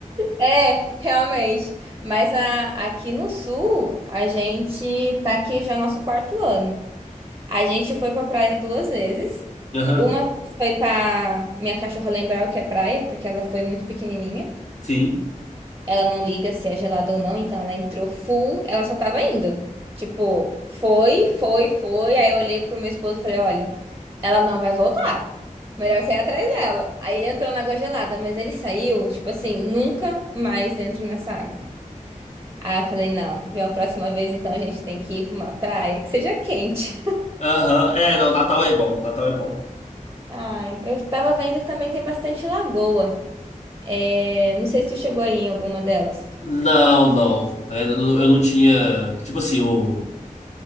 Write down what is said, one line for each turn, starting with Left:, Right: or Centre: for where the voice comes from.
Right: é, é, realmente. Mas a- aqui no sul, a gente tá aqui já nosso quarto ano. A gente foi pra praia duas vezes.
Left: Aham,
Right: Uma vez foi pra minha cachorra lembrar o que é praia, porque ela foi muito pequenininha.
Left: sim.
Right: Ela não liga se é gelado ou não, então ela entrou full, ela só tava indo. Tipo, foi, foi, foi. Aí eu olhei pro meu esposo e falei: olha, ela não vai voltar. Melhor você ir atrás dela. Aí ele entrou na água gelada, mas ele saiu, tipo assim, nunca mais entro nessa água. Aí eu falei: não, de uma próxima vez então a gente tem que ir pra uma praia que seja quente.
Left: Aham, é, não, Natal é bom, Natal é bom.
Right: Ai, eu tava vendo que também tem bastante lagoa. É, não sei se tu chegou aí em alguma delas.
Left: Não, não. É, Eu não eu não tinha. Tipo assim, o,